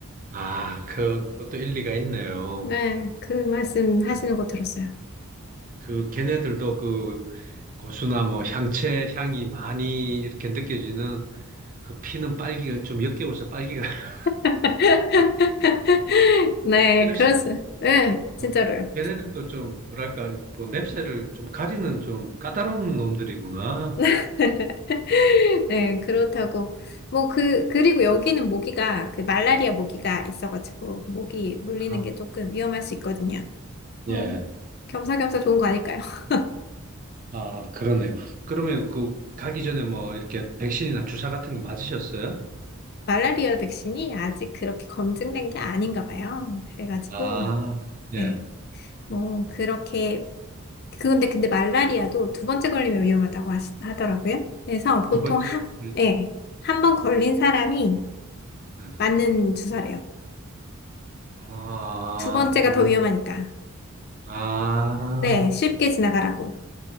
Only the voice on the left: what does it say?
네, 그 말씀
하시는 거 들었어요.
<laughs> 네,
그렇습니다.
네, 진짜로요.
<laughs> 네, 그렇다고. 뭐, 그, 그리고 여기는 모기가, 그 말라리아 모기가 있어가지고, 모기 물리는
게 조금 위험할 수 있거든요.
어, 겸사겸사 좋은 거 아닐까요? <laughs>
말라리아 백신이 아직 그렇게 검증된 게 아닌가 봐요. 그래가지고,
네, 뭐, 그렇게 그건데 근데 말라리아도 두 번째 걸리면 위험하다고 하시, 하더라고요. 그래서 보통
한,
예, 한 번 걸린 사람이
맞는 주사래요.
두 번째가
더 위험하니까.
네, 쉽게 지나가라고.